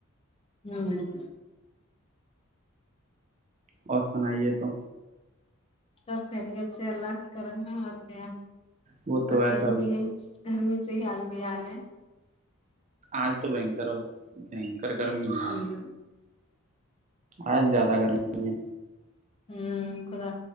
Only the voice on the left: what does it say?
ہمم
سب خیریت سے اللہ کی کرم ہے اور کیا
بس
کرم
بھی گئی <inaudible> گرمی سے ہی حال بےحال ہے
ہوں
ہمم خدا